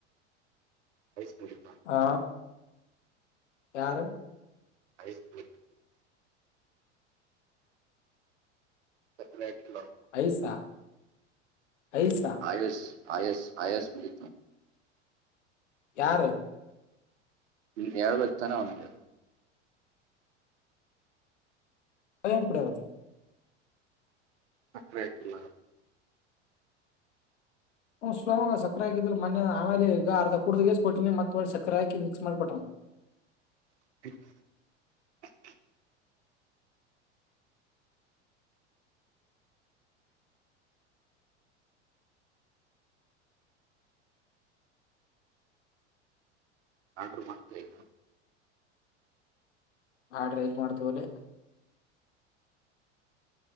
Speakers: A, on the right; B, on the left.
A: ಹಯ <unintelligible>
B: ಹಾ ಯಾರು
A: ಐಸ್ಕ್ರೀಮ ಸಕ್ಕರೆ ಅಕಿಲ್ಲ
B: ಐಸಾ ಐಸಾ
A: ಆಯಸ್ ಆಯಸ್ ಆಯಸ್ಿತ
B: ಯಾರು
A: ಹ ಳ ವ್ಯಕ್ತಾನ ಆವ್ನಿಗೆ
B: ಪಯನ್ ಕೂಡ ಅತ್ತ
A: ಸಕ್ರೆ ಹಾಕಿಲ್ಲ
B: ಹ ಸ್ಲೋಂಗ ಸಕರೆಾಕಿದ್ರ ಮೊೆ ಆಮೇಲೆ ಈಗ ಅರ್ಧ ಕುಡ್ದಷ್ಟ ಕೊಟ್ಟಿನಿ ಮತ್ತ ಒಳ್ಳೆ ಸಕ್ಕರೆ ಹಾಕಿ ಮಿಕ್ಸ್ ಮಾಡಿ ಕೊಟ್ಟನ ಹ್ಮ್ಮ್. <inaudible>
A: ಹ <unintelligible> ಆರ್ಡ್ರ ಮಾಡ್ತ ಈಗ
B: ಆಡ್ರ ಎಲ್ ಮಾಡ್ತವ್ರಿ